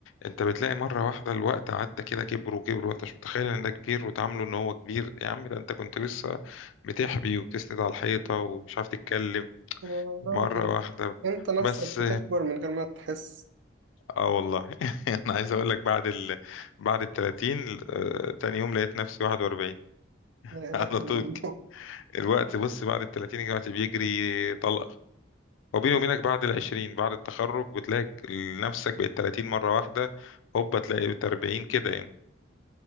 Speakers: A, on the left; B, on the right.
A: انت بتلاقي مره واحده الوقت عدى كده كبر وكبر وانت مش متخيل ان ده كبير وتعامله ان هو كبير يا عم ده انت كنت لسه بتحبي وبتسند على الحيطه ومش عارف تتكلم
B: يا
A: مرة
B: راجل
A: واحدة
B: أنت نفسك
A: بس
B: بتكبر من غير ما تحس
A: اه والله <laughs> انا عايز اقول لك بعد ال... بعد ال 30 آه، تاني يوم لقيت نفسي 41 <laughs>
B: لا إله
A: على
B: إلا
A: طول
B: الله
A: الوقت بص بعد ال 30 الوقت بيجري طلقة وبيني وبينك بعد ال 20 بعد التخرج بتلاقي نفسك بقت 30 مرة واحدة هوبا تلاقي بقت 40 كده يعني